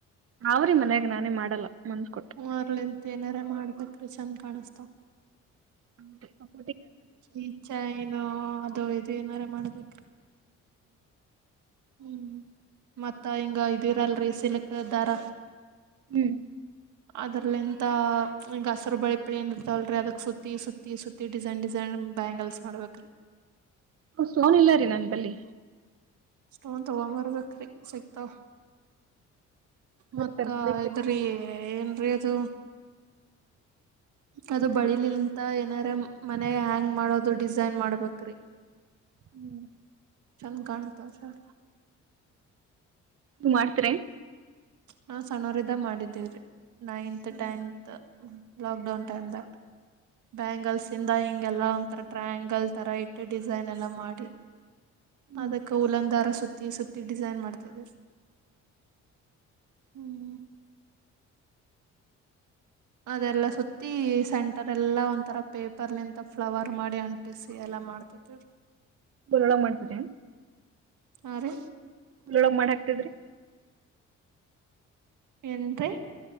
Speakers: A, on the right (about 50°); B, on the right (about 75°).
A: ಅವ್ರೀ ಮನ್ಯಾಗ ನಾನೇ ಮಾಡಲ್ಲ ಮಂದ್ ಕೊಟ್ಟು
B: ಮರ್ಲಿಂತ ಏನಾರ ಮಾಡ್ಬೇಕ್ರೀ ಚಂದ ಕಾಣಸ್ತಾವ
A: ಅ
B: ಈ ಚ ಏನ ಅದು ಇದು ಏನಾರು ಮಾಡ್ಬೇಕ ಹ್ಮ್ ಮತ್ತ ಹಿಂಗ ಇದಿರಲ್ರಿ ಸಿಲ್ಕ್ ದಾರ
A: ಹ್ಮ್
B: ಅದ್ರಲಿಂತ ಈಗ ಹಸರು ಬಳಿ ಪಳ ಏನಿರ್ತವಲ್ರರಿ ಅದಕ್ ಸುತ್ತಿ ಸುತ್ತಿ ಸುತ್ತಿ ಡಿಸೈನ್ ಡಿಸೈನ್ ಬ್ಯಾಂಗಲ್ಸ್ ಮಾಡ್ಬೇಕ್ರೀ
A: ಸೋನ್ ಇಲ್ಲ ರೀ ನನ್ ಬಲ್ಲಿಿ
B: ಸ್ಟೋನ್ ತಗೊಂಬರ್ಬೇಕ್ರ ಸಿಗ್ತಾವ
A: ಬರಿ
B: ಮತ್ತ
A: ತರ್ಸ್ಬೇಕ್ರಿ
B: ಇದ್ರಿ ಏನ್ರೀ ಅದು ಅದು ಬಳಿಲಿಂತ ಏನಾರ ಮನೆ ಹ್ಯಾಂಗ್ ಮಾಡೋದು ಡಿಸೈನ್ ಮಾಡ್ಬೇಕ್ರಿ
A: ಹ್ಮ್
B: ಚಲ ಗಾಣತ ಶ
A: ನೀ ಮಾಡ್ತರೇ
B: ನಾವು ಸಣ್ಣವ್ರ ಇದ ಮಾಡಿದೀವ್ರಿ ನೈನ್ತ್
A: ಹ್ಮ್
B: ಟೆಂತ್ ಲಾಕ್ ಡೌನ್ ಟೈಮ್್ದಾಗ ಬ್ಯಾಂಗಲ್ಸ್ ಇಂದ ಹಿಂಗೆಲ್ಲ ಒಂಥರ ಟ್ರಯ್ಯಾಂಗಲ್ ತಥರ ಇಟ್ಟು ಡಿಸೈನ್ ಎಲ್ಲ ಮಾಡಿ.
A: ಹ್ಮ್
B: ಅದಕ್ಕ ಉಲಂದಾರ ಸುತ್ತಿ ಸುತ್ತಿ ಡಿಸೈನ್ ಮಾಡ್ತಿದ್ ಹ್ಮ್ ಅದೆಲ್ಲ ಸುತ್ತಿ ಸೆಂಟರ್ ಎಲ್ಲಾ ಒಂಥರ ಪೇಪರ್ಲಿಂತ ಫ್ಲವರ್ ಮಾಡಿ ಅಂಟಿಸಿ ಎಲ್ಲ. ಮಾಡ್ತಿ <unintelligible>
A: ಉರಳಗ್ ಮಾಡ್ <unintelligible>
B: ಆ ರಿ
A: ಊರ್ ಒಳಗ್ ಮಾಡಕ್ತಿದ್ರಿ
B: ಎನ್ರಿ